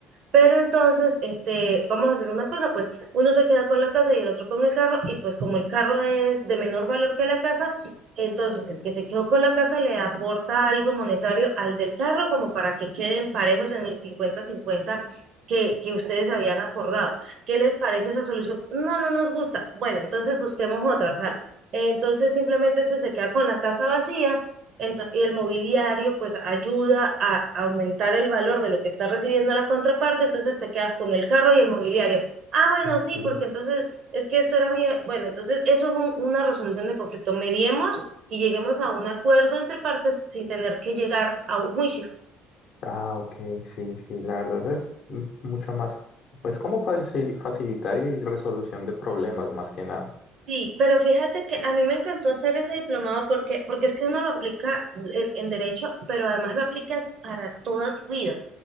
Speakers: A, on the right; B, on the left.
A: pero entonces, este, vamos a hacer una cosa, pues uno se queda con la casa y el otro con el carro, y pues como el carro es de menor valor que la casa, entonces el que se quedó con la casa le aporta algo monetario al del carro como para que queden parejos en el cincuenta-cincuenta que, que ustedes habían acordado. ¿Qué les parece esa solución? No, no nos gusta. Bueno, entonces busquemos otra, o sea, entonces simplemente este se queda con la casa vacía Ento- y el mobiliario pues ayuda a aumentar el valor de lo que está recibiendo la contraparte, entonces te quedas con el carro y el mobiliario. Ah, bueno,
B: ujú.
A: sí, porque entonces es que esto era mío. Bueno, entonces eso es un- una resolución de conflicto. Mediemos y lleguemos a un acuerdo entre partes sin tener que llegar a un juicio.
B: Ah, ok, sí, sí, la verdad es m- mucho más, pues como facil- facilitar y resolución de problemas más que nada.
A: Sí, pero fíjate que a mí me encantó hacer ese diplomado porque, porque es que uno lo aplica en, en derecho, pero además lo aplicas para toda tu vida.